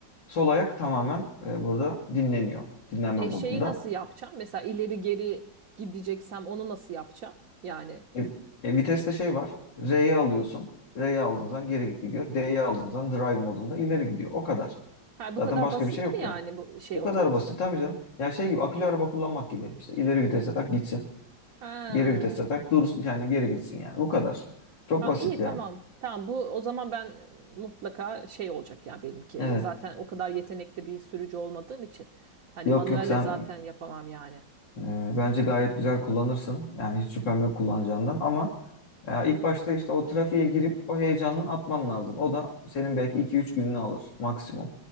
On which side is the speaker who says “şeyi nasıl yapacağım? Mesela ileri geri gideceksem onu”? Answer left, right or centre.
Right